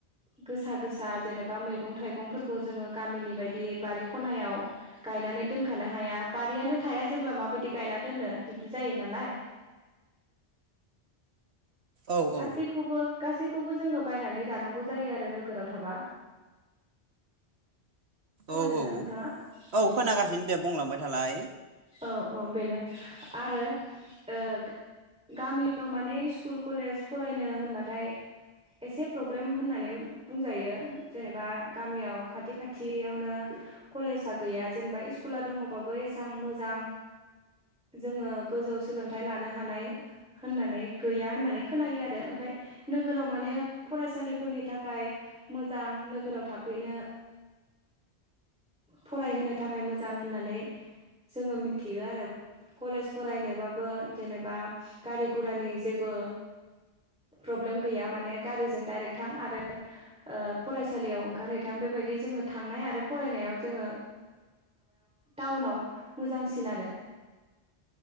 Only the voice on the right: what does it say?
औ
औ
औ औ
खोनागासिनो दे बुंलांबाय थालाय